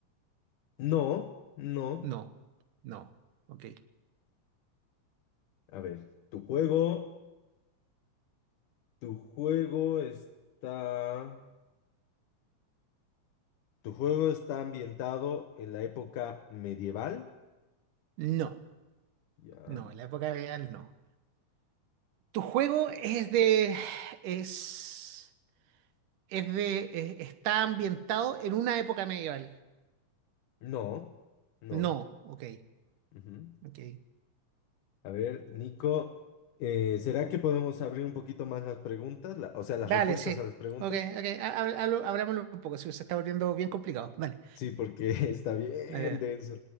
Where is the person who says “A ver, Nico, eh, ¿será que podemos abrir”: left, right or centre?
Left